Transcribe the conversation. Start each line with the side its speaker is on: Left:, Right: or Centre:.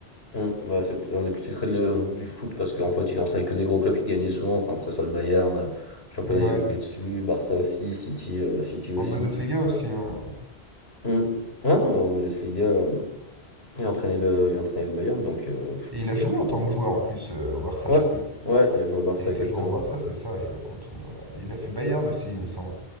Left: Hum, ouais, c'est un des plus titrés de- du foot parce qu'en fait, il entraînait que des gros clubs qui gagnaient souvent, enfin, que ce soit le Bayern, euh, championnat,
Right: Ouais,
Left: il roulait dessus, Barça aussi, City, euh, City aussi.
Right: en Bundesliga aussi. hein.
Left: Hum. Ah non, mais en Bundesliga, euh, il entraînait le, il entraînait le Bayern, donc euh, je
Right: Et il a joué
Left: je sais plus
Right: en
Left: quoi.
Right: tant que joueur en plus euh, au Barça,
Left: Ouais,
Right: je crois.
Left: il- ouais, il a joué au Barça
Right: Il a été
Left: exactement.
Right: joueur au Barça, c'est ça, il a continué, voilà. Il a fait Bayern aussi, il me semble.